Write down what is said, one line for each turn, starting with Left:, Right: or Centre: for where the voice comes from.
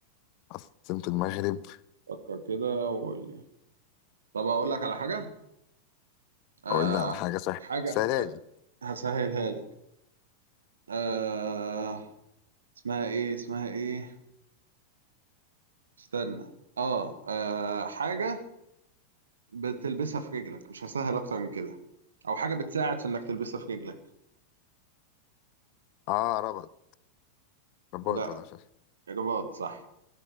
Left: عاصمة المغرب
Right: فكر كده وقول لي طب اقول لك على حاجه آه...
Left: اقول لي على حاجة سهلة
Right: حاجه
Left: سلالي
Right: هسهلها لك آه... اسمها ايه اسمها ايه استنى اه, آه حاجة بتلبسها في رجلك مش هسهل أكتر من كده أو حاجة بتساعد في إنك تلبسها في رجلك
Left: اه ربط رباط
Right: لا
Left: ولا شاش
Right: رباط صح